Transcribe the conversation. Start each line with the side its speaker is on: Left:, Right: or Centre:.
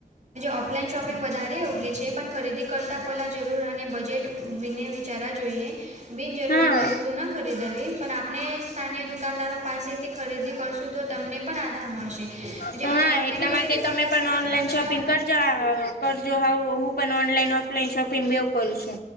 Right: ઓફલાઈન શોપિંગ વધારે યોગ્ય છે પણ ખરીદી કરતાં પહેલાં જરૂર અને બજેટ વિને વિચારા જોઈએ બિનજરૂરી
Left: હા
Right: વસ્તુ ન ખરીદવી પણ આપણે સ્થાય દુકાનદારો પાસેથી ખરીદી કરશું તો તમને પણ આધાર મળશે જે
Left: હા
Right: અને ઓનલાઈન
Left: એટલા
Right: ખરીદી
Left: માટે
Right: કરતા
Left: તમે પણ
Right: સમય
Left: ઓનલાઈન
Right: સુરક્ષા
Left: શોપિંગ કરજો કરજો હું હું પણ ઓનલાઈન ઓફલાઈન શોપિંગ બવ કરી છે